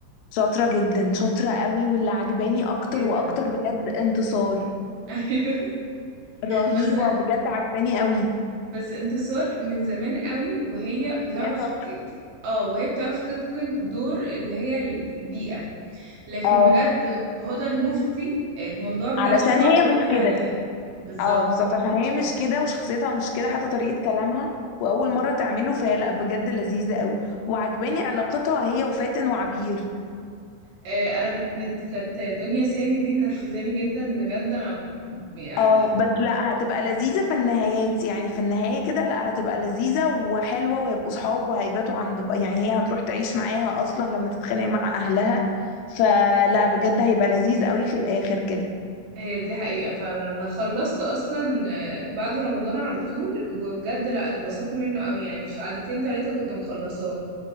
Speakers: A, on the left (about 80°); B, on the right (about 70°).
A: شاطره جدا شاطره قوي واللي عجباني اكتر
B: جدا
A: واكتر بجد انتصار
B: <laughs> ايوه
A: رهيبه
B: بس
A: بجد عجباني قوي
B: بس انتصار من زمان قوي وهي بتعرف
A: وهي شاطره
B: ت- ت- اه وهي بتعرف تتقن دور اللي هي البيئة لكن
A: اه
B: بجد هدى المفتي الموضوع بجد
A: علشان
B: صعب
A: هي
B: وكبير
A: مش كده
B: عليها بالظبط
A: اه بالظبط عشان هي مش كده وشخصيتها مش كده حتى طريقة كلامها وأول مرة تعمله فهي لأ بجد لذيذة قوي وعجباني علاقتها هي وفاتن وعبير
B: آه، انا من- كانت دنيا سامي دي منرفزاني جدا بجد انا يعني
A: اه بس لأ هتبقى لذيذة في النهايات يعني في النهاية كده لأ هتبقى لذيذة وحلوة وهيبقوا صحاب وهيباتوا عند يعني هي هتروح تعيش معاها أصلا لما تتخانق مع أهلها فلا بجد هيبقى لذيذ قوي في الآخر كده
B: هي دي حقيقة فعلا انا خلصت اصلا آه، بعد رمضان على طول وبجد لا اتبسطت منه قوي يعني في قعدتين تلاتة كنت مخلصاه